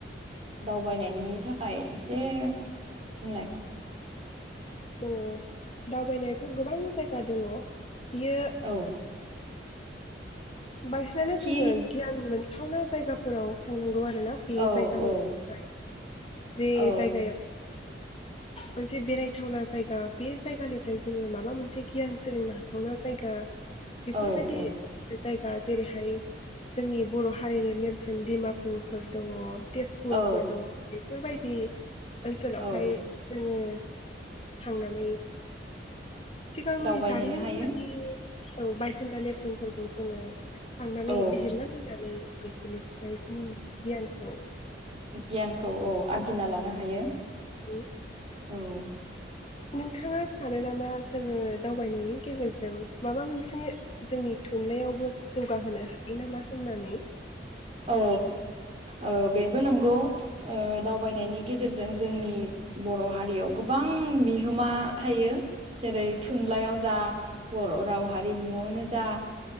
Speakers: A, on the right; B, on the left.
A: दावबायनायनि थाखाय एसे बुंलाय।
B: जोङो दावबायनायाथ' गोबां जायगा दङ। यो।
A: औ
B: बांसिनानो
A: थि
B: जोङो गियान मोन। थावना जायगाफोराव। थांनांगौ आरो ना बे
A: औ
B: जायगानिफ्राय
A: औ
B: जे
A: औ
B: जायगायाव। मोनसे बेरायथावना जायगा बे जायगानिफ्राय जोङो माबा मोनसे गियान सोलोंनो हाथावना जायगा। बेफोरबायदि
A: औ -औ-।
B: जायगा जेरैहाय जोंनि बर' हारिनि नेरसोन दिमापुफोर दङ'। तेजपुरफोर
A: औ
B: दङ अफि। फोरबायदि। ओनसोलावहाय
A: औ
B: जोङो। थांनानै सिगांनि
A: दावबायहैनो
B: जारिमिनफोरनि
A: हायो
B: औ बायखोन्दा नेरसोनफोरखौ जोङो थांनानै
A: औ
B: बिजिरना नायनानै बेदिनो दा इदिनो गियान औ
A: गियानखौ औ आर्जिना लानो हायो।
B: उम
A: औ
B: नोंथाङा सानो नामा जोङो दावबायनायनि गेजेरजों माबा मोनसे जोंनि थुनलाइयावबो जौगाहोनो हायो नामा होननानै?
A: औ ओ बेबो नंगौ ओ दावबायनायनि गेजेरजों जोंनि बर' हारियाव गोबां बिहोमा थायो जेरै थुनलाइयाव जा बर' राव हारिमुआवनो जा